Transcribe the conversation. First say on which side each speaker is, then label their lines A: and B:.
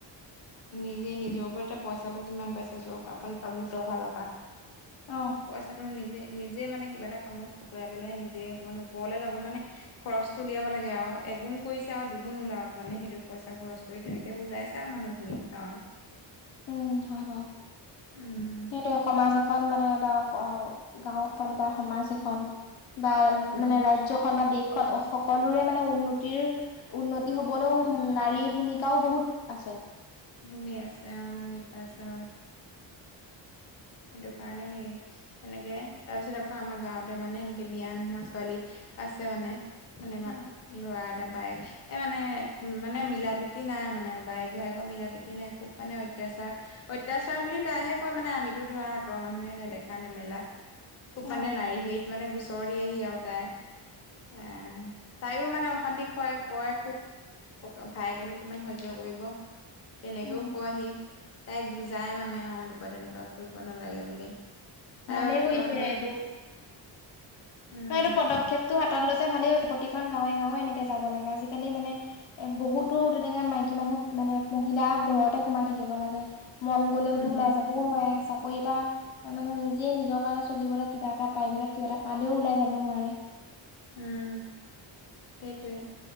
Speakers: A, on the left; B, on the left.
A: নিজে নিজৰ ওপৰত এতিয়া পইচাবোৰ কিমান পাইছে চৰকাৰৰ ফালৰ পৰা গোটৰ ফালৰ পৰা।
B: অ
A: পইচাটো নিজে নিজে মানে কিবা এটা কামত খুটুৱাই পেলাই নিজে অকমান ওপৰলে যাব মানে খৰচ উলিয়াব লাগে আৰু এগুণ কৰিছে আৰু দুগুণ ওলাওক মানে সেইটো পইচা খৰচ কৰি তেনেকে বুজাইছে আৰু মানুহ। খিনিক অ',
B: উম, হব।
A: উম
B: সেইটোৱে সমাজ এখন মানে বা অ, গাও এখন বা সমাজ এখন। বা
A: উম
B: মানে ৰাজ্যখন বা দেশখন সকলোৰে মানে উন্নতিৰ উন্নতি হবলেও নাৰীৰ ভূমিকাও বহুত আছে।
A: ভূমিকা আছে অ, ভূমিকা আছে হয়। সেইটো কাৰণে হে তেনেকে তাৰপিছত আকৌ আমাৰ গাঁৱতে মানে এনেকে বিয়া নোহোৱা ছোৱালী, আছে মানে। মানে
B: অ',
A: মা লৰা এটা বায়েক এই মানে উ মানে মিলা প্ৰীতি নাই মানে বায়েক ভায়েকৰ, মিলা প্ৰীতি নাই খুব মানে অত্যাচাৰ, অত্যাচাৰ বুলি তাইহে কয় মানে আমি টো ধৰা আঁতৰ মানুহে নেদেখা নেমেলা খুব
B: অ',
A: মানে নাৰী হেৰিত মানে গু উত্তৰ দি আহি আৰু তাই আহ, তাইও মানে অশান্তি হয় কয় খুব ক ভায়েকেনো কিমান সজ্য কৰিব। তেনেকেও
B: উম।
A: কয়হি তাইক বুজাই মানে অ, এনেকুৱা তেনেকুৱা কৰিব নালাগে বুলি। তাইও
B: ভালেই
A: কিবা
B: কৰিছে
A: মানে
B: এইটো
A: উম
B: ন' এইটো পদক্ষেপটো, ত লৈছে ভালে হৈছে প্ৰতিখন গাঁৱে গাঁৱে এনেকে যাব লাগে আজিকালি মানে বহুতো তেনেকে মাইকী মানুহ <unintelligible> মানে মহিলা ঘৰতে সোমাই থাকিব লাগে মন গ'লেওতো
A: উম
B: ওলাই যাবও নোৱাৰে চাকৰি এটা মানে নিজ যিয়ে নিজৰ কাৰণে চলিবলৈ কিবা এটা প্ৰাইভেটত কিবা এটা পালেও ওল যাব নোৱাৰে
A: উম সেইটোৱে